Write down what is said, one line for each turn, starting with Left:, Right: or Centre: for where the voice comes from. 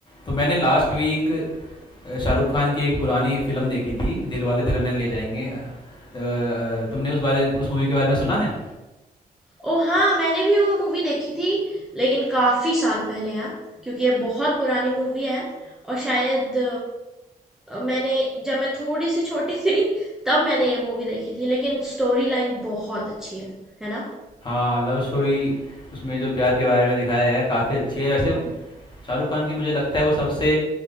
Left: तो मैंने last week Shahrukh Khan की एक पुरानी फिल्म देखी थी दिल वाले दुल्हनिया ले जाएंगे अ, अ, तुमने उस बारे उस मूवी के बारे में सुना है
Centre: ओह हाँ, मैंने भी वो मूवी देखी थी लेकिन काफ़ी साल पहले यार क्योंकि ये बहुत पुरानी मूवी है और शायद अ, मैंने जब मैं थोड़ी सी छोटी थी तब मैंने ये मूवी देखी थी लेकिन स्टोरी लाइन बहुत अच्छी है है ना
Left: हाँ लव स्टोरी उसमें जो प्यार के बारे में दिखाया गया है काफ़ी अच्छी है वैसे शाहरुख खान की मुझे लगता है वो सबसे